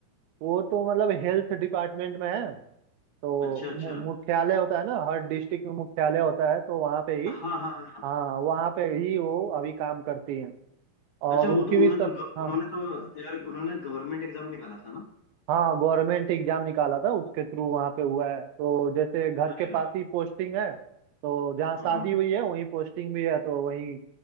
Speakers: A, on the right; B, on the left.
A: वो तो मतलब हेल्थ डिपार्टमेंट में है तो
B: अच्छा अच्छा
A: मु- मुख्यालय होता है ना हर डिस्ट्रिक्ट में मुख्यालय होता है तो वहाँ पे ही
B: हाँ हाँ हाँ
A: हाँ वहाँ पे ही वो अभी काम करती हैं और
B: अच्छा
A: उनकी
B: वो तो उन्होंने
A: भी स-
B: तो ग-
A: हाँ
B: उन्होंने तो यार उन्होंने गवर्नमेंट एग्जाम निकाला था ना
A: हाँ गवर्नमेंट एग्जाम निकाला था उसके थ्रू वहाँ पे हुआ है तो जैसे घर
B: अरे
A: के
B: वाह
A: पास ही पोस्टिंग है तो जहाँ
B: हम्म,
A: शादी हुई है वहीं पोस्टिंग भी है तो वहीं